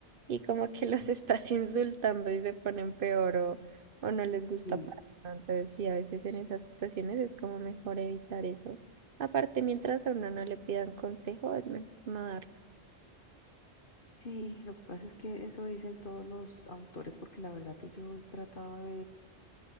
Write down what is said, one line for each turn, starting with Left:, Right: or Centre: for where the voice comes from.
Right: y como que los <laughs> estás insultando y se ponen peor o, o no les gusta
Left: Sí,
Right: para nada. Entonces sí, a veces en esas situaciones es como mejor evitar eso. Aparte, mientras a uno no le pidan consejo, es mejor no darla.
Left: sí, lo que pasa es que eso dicen todos los autores porque la verdad que yo he tratado